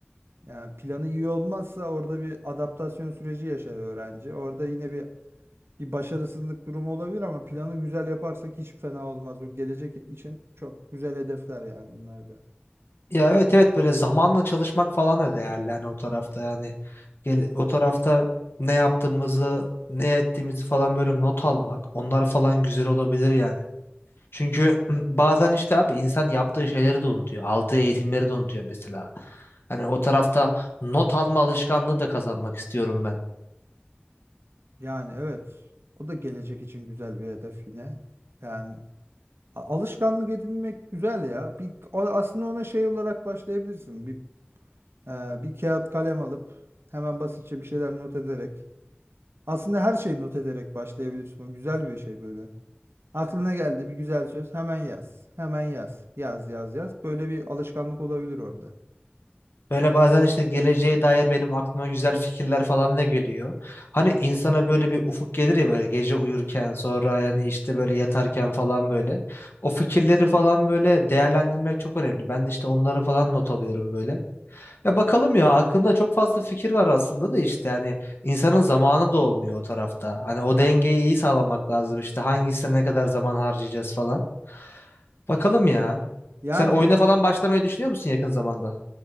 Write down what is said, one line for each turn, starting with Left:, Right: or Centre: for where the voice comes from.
Right: yani planı iyi olmazsa orada bir adaptasyon süreci yaşar öğrenci. Orada yine bir bir başarısızlık durumu olabilir ama planı güzel yaparsak hiç fena olmaz. O gelecek için çok güzel hedefler yani bunlar da.
Left: Ya evet evet böyle zamanla çalışmak falan da değerli hani o tarafta yani Gel- o tarafta ne yaptığımızı ne ettiğimizi falan böyle not almak onlar falan güzel olabilir yani. Çünkü <clears throat> bazen işte abi insan yaptığı şeyleri de unutuyor aldığı eğitimleri de unutuyor mesela. Hani o tarafta not alma alışkanlığı da kazanmak istiyorum ben.
Right: Yani evet. O da gelecek için güzel bir hedef yine. Yani a- alışkanlık edinmek güzel ya. Bir a- aslında ona şey olarak başlayabilirsin. Bir e, bir kağıt kalem alıp hemen basitçe bir şeyler not ederek. Aslında her şeyi not ederek başlayabilirsin. O güzel bir şey böyle. Aklına geldi bir güzel söz hemen yaz. Hemen yaz. Yaz yaz yaz. Böyle bir alışkanlık olabilir orada.
Left: Böyle bazen işte geleceğe dair benim aklıma güzel fikirler falan da geliyor. Hani insana böyle bir ufuk gelir ya böyle gece uyurken sonra yani işte böyle yatarken falan böyle. O fikirleri falan böyle değerlendirmek çok önemli. Ben de işte onları falan not alıyorum böyle. Ya bakalım ya aklımda çok fazla fikir var aslında da işte hani insanın zamanı da olmuyor o tarafta. Hani o dengeyi iyi sağlamak lazım işte hangisine ne kadar zaman harcayacağız falan. Bakalım ya.
Right: Yani
Left: Sen oyuna falan başlamayı düşünüyor musun yakın zamanda?